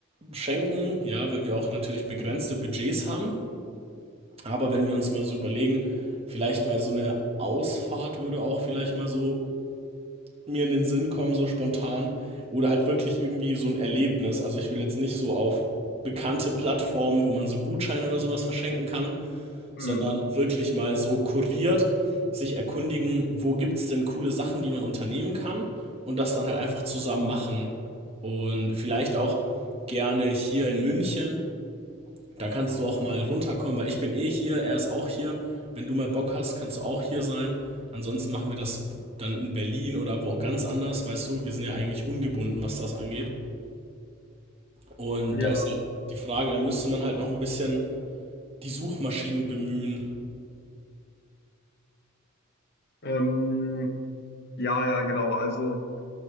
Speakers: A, on the right; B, on the left.
A: schenken, ja, weil wir auch natürlich begrenzte Budgets haben. Aber wenn wir uns mal so überlegen, vielleicht mal so eine Ausfahrt würde auch vielleicht mal so mir in den Sinn kommen, so spontan. Oder halt wirklich irgendwie so ein Erlebnis. Also ich will jetzt nicht so auf bekannte Plattformen, wo man so Gutscheine oder sowas verschenken kann,
B: Mhm.
A: sondern wirklich mal so kuriert sich erkundigen, wo gibt es denn coole Sachen, die man unternehmen kann und das dann halt einfach zusammen machen. Und vielleicht auch gerne hier in München. Da kannst du auch mal runterkommen, weil ich bin eh hier, er ist auch hier. Wenn du mal Bock hast, kannst du auch hier sein. Ansonsten machen wir das dann in Berlin oder wo ganz anders, weißt du. Wir sind ja eigentlich ungebunden, was das angeht. Und
B: Ja.
A: da ist halt die Frage, da müsste man halt noch ein bisschen die Suchmaschinen bemühen.
B: Ähm, ja, ja, genau. Also